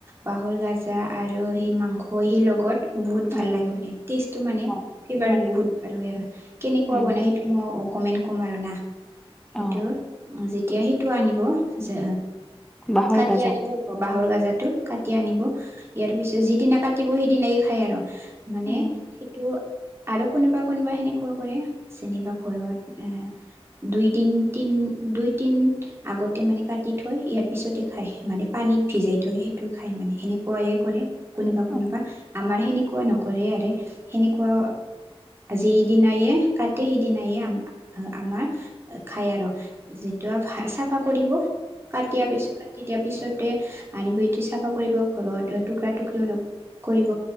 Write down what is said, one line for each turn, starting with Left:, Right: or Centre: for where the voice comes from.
Right: বাহৰ গাজা আৰু সেই মাংস বহি লগত। বহুত
Centre: উম
Right: ভাল লাগে মানে, টেষ্টটো মানে,
Centre: অ
Right: ফভাৰটো
Centre: হয়
Right: বহুত ভাল হয় আৰু কেনেকুৱা
Centre: উম
Right: বনাই সেইটো মই কমেণ্ট ক'ম আৰু না সেইটো
Centre: অ
Right: যেতিয়া সেইটো আনিব যে
Centre: বাঁহৰ
Right: কাটি
Centre: গাজাত
Right: আনিব বাহৰ গাজত টো কাটি আনিব ইয়াৰ পিছত যিদিনা কাটিব সিদিনাই খাই আৰু। মানে
Centre: উম
Right: সেইটো আৰু কোনোবা, কোনোবা সেনেকুৱা কৰে যেনিবা ঘৰত এ দুই তিনি তিন দুই তিন আগতে মানে কাটি থৈ ইয়াৰ পিছতে খায়। মানে পানীত ভিজাই <unintelligible> থৈ সেইটো খাই মানে সেনেকুৱাই কৰে কোনোবা
Centre: অ
Right: কোনোবা। আমাৰ সেনেকুৱা নকৰে আৰু সেনেকুৱা যি দিনায়ে কাটে সিদিনায়ে আমাৰ খাই আৰু যিটো চাফা কৰিব কাটিয়া পিছত কাটি দিয়া পিছত। তে আনিব এঠি চাফা কৰিব ঘৰত টুকুৰা-টুকুৰি অলপ। কৰিব